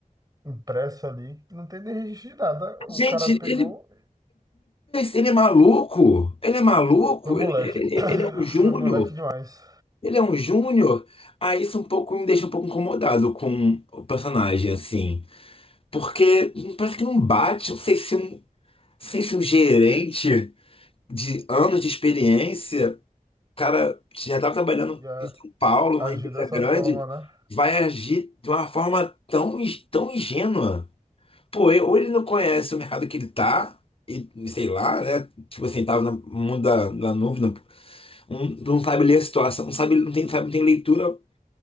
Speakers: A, on the right; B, on the left.
A: impresso ali, não tem nem registro de nada. O
B: Gente,
A: cara pegou,
B: ele, ele é maluco, ele é maluco,
A: foi moleque,
B: ele, ele-
A: <coughs>
B: ele é um júnior,
A: foi moleque demais.
B: ele é um júnior. Aí isso um pouco me deixa um pouco incomodado com o personagem, assim. Porque parece que não bate, não sei se um, não sei se um gerente de anos de experiência, cara, já estava trabalhando
A: E a-
B: em São Paulo,
A: Agir
B: uma empresa
A: dessa
B: grande,
A: forma, né?
B: vai agir de uma forma tão, tão ingênua. Pô, e- ou ele não conhece o mercado que ele tá, e sei lá, né? Tipo assim, tava no mundo da, da nuvem, não, um- não sabe ler a situação, não sabe, não tem, sabe, não tem leitura